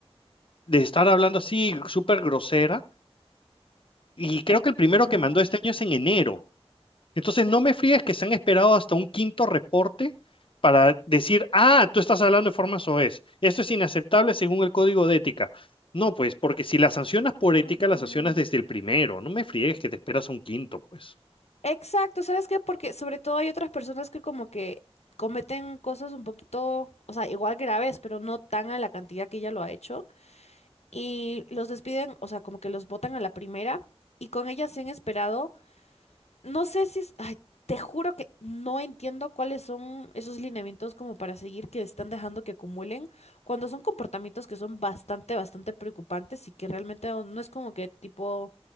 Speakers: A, on the left (about 55°); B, on the left (about 85°).
A: de estar hablando así súper grosera. Y creo que el primero
B: Ah,
A: que mandó este año es en enero. Entonces no me fríes que se han esperado hasta un quinto reporte para decir, ah, tú estás hablando de forma soez. Esto es inaceptable según el código de ética. No, pues, porque si las sancionas por ética,
B: ujú.
A: las sancionas desde el primero. No me fríes que te esperas a un quinto, pues.
B: Exacto, ¿sabes qué? Porque sobre todo hay otras personas que como que cometen cosas un poquito, o sea, igual graves, pero no tan a la cantidad que ella lo ha hecho. Y los despiden, o sea, como que los botan a la primera y con ella se han esperado. No sé si es... Ay, te juro que no entiendo cuáles son esos lineamientos como para seguir que están dejando que acumulen cuando son comportamientos que son bastante, bastante preocupantes y que realmente no, no es como que tipo